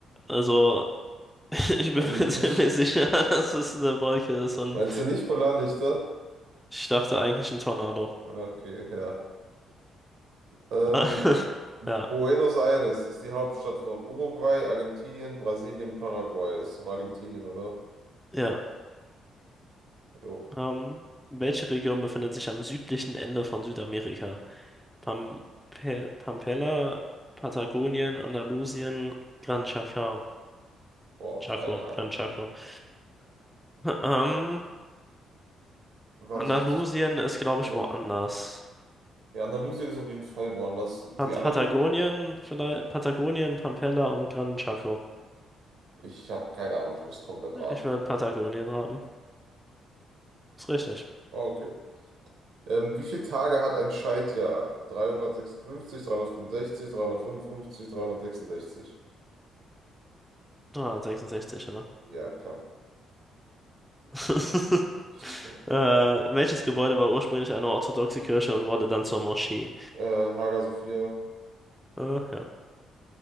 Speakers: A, in the centre; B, on the right.
A: Also, Ich bin
B: Wenn ich
A: mir <laughs> ziemlich
B: nicht.
A: sicher, dass es eine Wolke ist und
B: Meinst du nicht Polarlichter?
A: ich dachte eigentlich ein Tornado.
B: Ah, Okay, ja. Ähm,
A: <laughs>
B: Buenos
A: Ja,
B: Aires ist die Hauptstadt von Uruguay, Argentinien, Brasilien, Paraguay. Ist doch Argentinien, oder?
A: ja.
B: Jo.
A: Ähm, welche Region befindet sich am südlichen Ende von Südamerika? Pam Pe- Pampella, Patagonien, Andalusien, Gran Chaco.
B: Boah,
A: Chaco,
B: keine Ahnung.
A: Gran Chaco. <laughs> Ähm,
B: War
A: Andalusien
B: das richtig?
A: ist, glaube
B: Also.
A: ich, woanders.
B: Ja, Andalusien ist auf jeden Fall woanders.
A: Pat
B: Die anderen
A: Patagonien,
B: nochmal?
A: vielleicht Patagonien, Pampella und Gran Chaco.
B: Ich habe keine Ahnung, ich muss komplett raten.
A: Ich würde Patagonien raten. Ist richtig.
B: Okay. Ähm, wie viele Tage hat ein Schaltjahr? 356, 365, 355, 366.
A: 366, oder?
B: Ja, klar.
A: <laughs>
B: <laughs>
A: Äh, welches Gebäude war ursprünglich eine orthodoxe Kirche und wurde dann zur Moschee?
B: Äh, Hager Sophia.
A: Äh, ja.